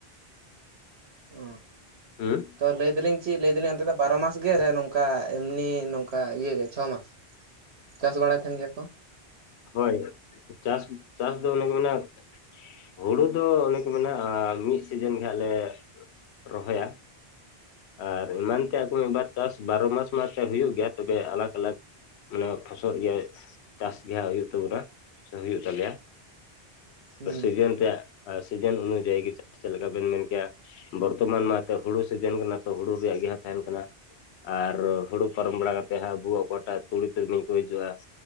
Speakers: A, on the right (about 75°); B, on the left (about 85°).
A: ᱚᱻ ᱾
B: ᱦᱩᱸᱻ ᱾
A: ᱛᱚ, ᱞᱟᱹᱭ ᱮᱫᱟᱹᱞᱤᱧ ᱪᱮᱫ, ᱞᱟᱹᱭ ᱮᱫᱟᱞᱤᱧ ᱚᱱᱛᱮ ᱫᱚ, ᱵᱟᱨᱚ ᱢᱟᱥ ᱜᱮ, ᱱᱚᱝᱠᱟ ᱮᱢᱱᱤ, ᱱᱚᱝᱠᱟ ᱤᱭᱟᱹ ᱜᱮ, ᱪᱷᱚ ᱢᱟᱥ ᱾ ᱪᱟᱥ ᱵᱟᱲᱟ, ᱛᱟᱦᱮᱱ ᱜᱮᱭᱟ ᱯᱮ?
B: ᱦᱳᱭ! ᱪᱟᱥ, ᱪᱟᱥ ᱫᱚ, ‌ <unintelligible> ᱚᱱᱮ ᱢᱮᱱᱟᱜ ᱦᱩᱲᱩ ᱫᱚ, ᱚᱱᱮᱠ ᱢᱮᱱᱟᱜᱼᱟ ᱾ ᱢᱤᱫ ᱥᱤᱡᱮᱱ ᱜᱮ ᱦᱟᱸᱜ, ᱞᱮ ᱨᱚᱦᱚᱭᱟ, ᱟᱨ ᱮᱢᱟᱱ ᱛᱮᱭᱟᱜ ᱠᱚᱫᱚ, ᱢᱤᱫ ᱵᱟᱨ ᱪᱟᱥ, ᱵᱟᱨᱚ ᱢᱟᱥ ᱢᱟ ᱛᱮ, ᱦᱩᱭᱩᱜ ᱜᱮᱭᱟ ᱾ ᱛᱚᱵᱮ ᱟᱞᱟᱜᱽ, ᱟᱞᱟᱜᱽ ᱢᱟᱱᱮ ᱯᱷᱚᱥᱚᱜ ᱜᱮᱭᱟ ᱾ ᱪᱟᱥ ᱜᱮ ᱦᱟᱸᱜ ᱦᱩᱭᱩᱜ ᱛᱟᱵᱚᱱᱟ ᱾ ᱥᱮ ᱦᱩᱭᱩᱜ ᱛᱟᱞᱮᱭᱟ ᱾
A: ᱦᱩᱸ
B: ᱛᱚ ᱥᱤᱡᱤᱱ ᱨᱮᱭᱟᱜ ᱾ ᱟᱨ ᱥᱤᱡᱤᱱ ᱚᱱᱩᱡᱟᱭᱤ ᱜᱮ ᱪᱟᱥ, ᱪᱮᱫ ᱞᱮᱠᱟ ᱵᱮᱱ, ᱢᱮᱱ ᱠᱮᱭᱟ? ᱵᱚᱨᱛᱚᱢᱟᱱ ᱢᱟ ᱛᱚ, ᱦᱩᱲᱩ ᱥᱤᱡᱮᱱ ᱠᱟᱱᱟ ᱛᱚ, ᱦᱩᱲᱩ ᱨᱮᱭᱟᱜ ᱜᱮ ᱦᱟᱸᱜ, ᱛᱟᱦᱮᱱ ᱠᱟᱱᱟ ᱾ ᱟᱨ ᱦᱩᱲᱩ ᱯᱟᱨᱚᱢ ᱵᱟᱲᱟ ᱠᱟᱛᱮᱫ ᱦᱟᱸᱜ, ᱟᱵᱚ ᱚᱠᱟᱴᱟᱜ, ᱛᱩᱲᱤ, ᱛᱤᱞᱢᱤᱧ ᱠᱚ ᱦᱤᱡᱩᱜᱼᱟ ᱾